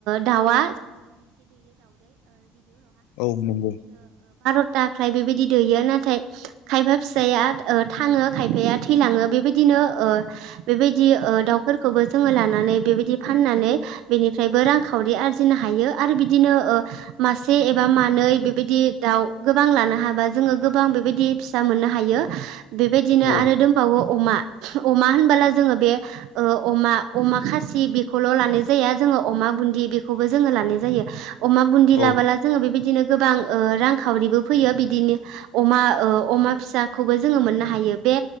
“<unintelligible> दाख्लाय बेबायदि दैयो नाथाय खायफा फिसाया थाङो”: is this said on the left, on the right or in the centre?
Right